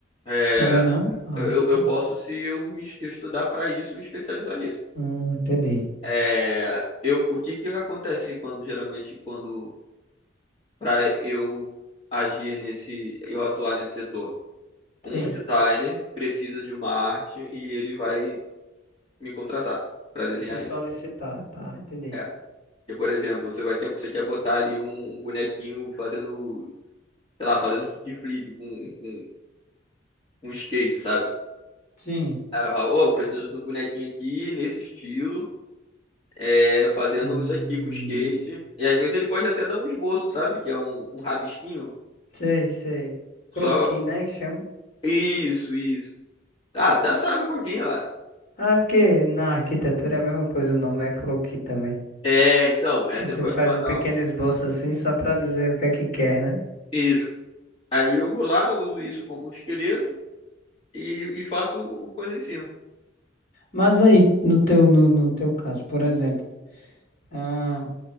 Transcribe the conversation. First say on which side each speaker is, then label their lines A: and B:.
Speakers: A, on the left (about 30°); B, on the left (about 50°).
A: É,
B: Também não? Ah,
A: eu, eu
B: tá.
A: posso, se eu me es- eu estudar para isso, me especializar nisso.
B: Hum, entendi.
A: É, eu, o que que acontece quando geralmente quando para eu agir nesse, eu atuar nesse setor? Um
B: Sim,
A: designer precisa de uma arte e ele vai me contratar para desenhar
B: te solicitar,
A: isso.
B: tá, entendi.
A: É. Porque, por exemplo, você vai quer, você quer botar ali um, um bonequinho fazendo, sei lá, fazendo kickflip com, com, com skate, sabe?
B: Sim.
A: Aí eu falo, Ô, eu preciso de um bonequinho aqui nesse estilo, é, fazendo
B: Hum,
A: isso aqui com skate. E às vezes ele pode até dar um esboço, sabe? Que é um, um rabisquinho
B: sei, sei. Croqui,
A: Só.
B: né, que chama?
A: Isso, isso. Ah, já sabe um pouquinho lá.
B: Ah, é porque na arquitetura é a mesma coisa, o nome é croqui também.
A: É, então, aí
B: Você
A: você pode
B: faz
A: mandar
B: um pequeno
A: um.
B: esboço assim só para dizer o que é que quer, né?
A: Isso. Aí eu vou lá, uso isso como um esqueleto e, e faço o, o coisa em cima.
B: Mas aí, no teu, no, no teu caso, por exemplo, ah,